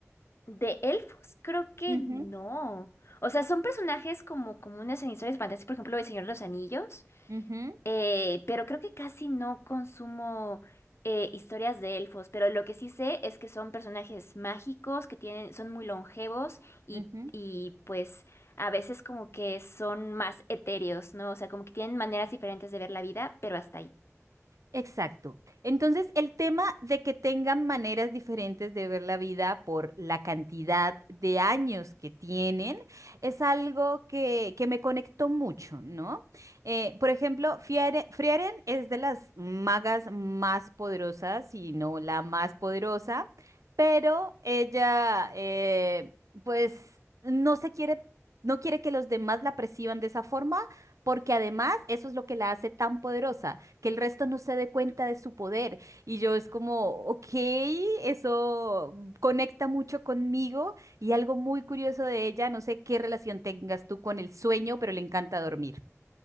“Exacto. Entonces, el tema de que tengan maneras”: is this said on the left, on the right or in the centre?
Right